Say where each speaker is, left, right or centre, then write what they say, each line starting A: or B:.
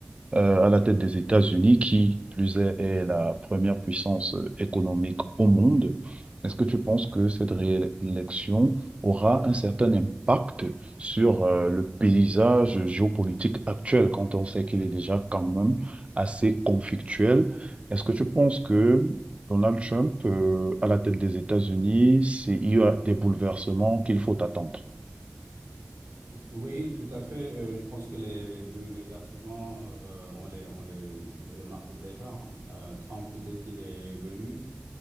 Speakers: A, on the right; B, on the right.
A: euh, à la tête des États-Unis, qui plus est, est la première puissance euh, économique au monde. Est-ce que tu penses que cette réélection aura un certain impact sur euh, le paysage géopolitique actuel, quand on sait qu'il est déjà quand même assez conflictuel? Est-ce que tu penses que Donald Trump, euh, à la tête des États-Unis, c'est- il y a des bouleversements qu'il faut attendre?
B: Oui, tout à fait. Euh, je pense que les, les bouleversements, euh, on les, on les remarque déjà. Euh, Trump, dès qu'il est venu,